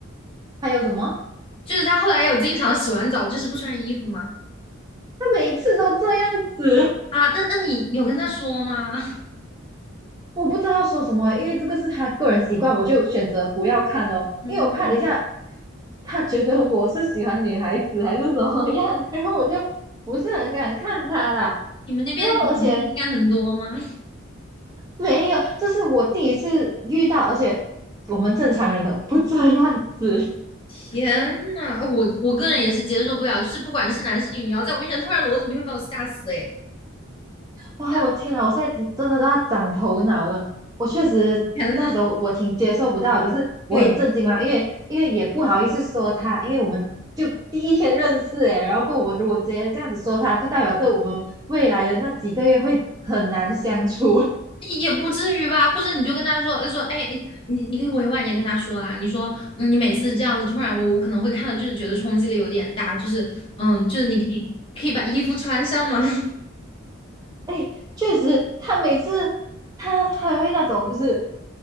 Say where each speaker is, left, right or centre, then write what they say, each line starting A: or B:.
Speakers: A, on the right (about 20°); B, on the left (about 25°).
A: 还有什么？
B: 就是他后来有经常洗完澡就是不穿衣服吗？
A: 他每一次都这样子，
B: 啊，那那你有跟他说吗？<laughs>
A: 我不知道说什么，因为这个是他个人习惯，我就选择不要看咯，
B: 嗯，
A: 因为我怕等一下他觉得我是喜欢女孩子还是怎么样，<laughs> 然后我就不是很敢看他啦。
B: 你们那边女同性恋很多吗？
A: 然后而且没有，这是我第一次遇到，而且我们正常人都不这样子。
B: 天呐，我我个人也是接受不了，就是不管是男是女，你要在我面前突然裸体，你会把我吓死哎。
A: 哇，
B: <laughs>
A: 我天呐，我现在真真的都要长头脑了。我确实那时候我挺接受不到的可是我很震惊嘛，
B: 天，对呀。
A: 因为因为也不好意思说他，因为我们就第一天认识诶，然后过后我如果直接这样子说他，就代表着我们未来的那几个月会很难相处。
B: 也不至于吧，或者你就跟他说他说，哎，哎你你可以委婉一点跟他说啊，你说，嗯你每次这样子突然我，我可能会看到，就是觉得冲击力有点大，就是，嗯，就是你可以可以把衣服穿上吗？<laughs>
A: 哎，确实，他每次他还会那种，就是